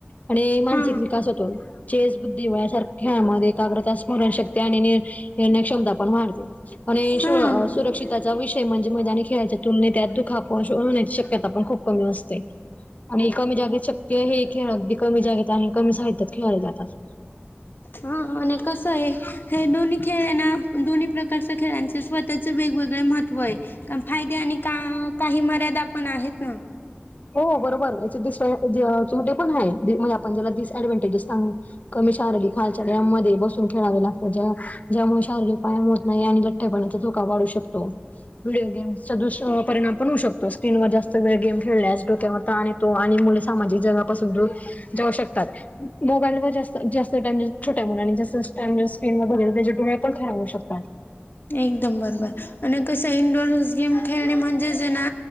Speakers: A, on the left; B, on the left.
A: आणि मानसिक
B: हा
A: विकास होतो. चेस बुद्धीबळ यासारख्या मध्ये एकाग्रता स्मरण शक्ती आणि नि निर्णय क्षमता पण मारते. आणि शूळ
B: हा हा
A: सुरक्षिताचा विषय म्हणजे मैदानी खेळायच्या तुलनेत यात दुखाप होण्याची शक्यता पण खूप कमी असते. आणि कमी जागेत शक्य हे खेळ अगदी कमी जागेत आणि कमी साहित्यात खेळाले जातात.
B: हा आणि कसं आहे हे दोन्ही खेळये ना दोन्ही प्रकारच्या खेळांचे स्वतःचे वेगवेगळे मह त्वय कारण फायदे आणि का काही मर्यादा पण आहेत ना.
A: हो बरोबर याचे दुष्परी जे तोटे पण हाय मजे आपण ज्याला डिएडव्हनटेजेस सांगू. कमी शारीरिक हालचालमध्ये बसून खेळावे लाग ज्या ज्यामुळे शारीरिक पायाम होत नाही आणि लठ्ठ्यापणाचा धोका वाढू शकतो. व्हिडिओ गेम् चा दुष्पपरिणाम पण होऊ शकतो स्क्रीनवर जास्त वेळ गेम खेळल्यास डोक्यावर ताण येतो आणि मुले सामाजिक जगापासून दूर जाऊ शकतात. मोबाईल व जास्त जास्त टाइम छोट्या मुलाने जस <unintelligible> त्याजे डोळे पण खराब होऊ शकतात.
B: एकदम बरोबर. अन् कसं इंडोअर गेम खेळणे म्हणजे ना